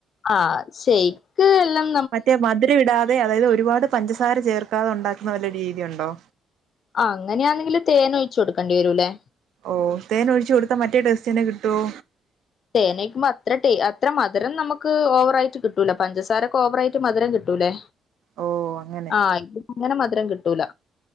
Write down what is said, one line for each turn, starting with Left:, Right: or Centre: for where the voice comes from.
Left: ആ ഷെയ്ക്ക് എല്ലം
Right: മറ്റേ മധുരം ഇടാതെ അതായത് ഒരുപാട് പഞ്ചസാര ചേർക്കാതെ ഉണ്ടാക്കുന്ന വല്ല രീതിയുണ്ടോ
Left: ആഹ് അങ്ങനെയാണെങ്കില് തേന് ഒഴിച്ച് കൊടുക്കേണ്ടി വരൂലേ
Right: ഓഹ് തേൻ ഒഴിച്ചു കൊടുത്താ മറ്റേ ടേസ്റ്റന്നെ കിട്ടുവോ
Left: തേനെയ്കുമ്പോ അത്ര ടേ അത്ര മധുരം നമുക്ക് ഓവറായിട്ട് കിട്ടൂല പഞ്ചസാരൊക്കെ ഓവറായിട്ട് മധുരം കിട്ടൂലേ
Right: ഓ അങ്ങനെ
Left: ആഹ് ഇങ്ങനെ മധുരം കിട്ടൂല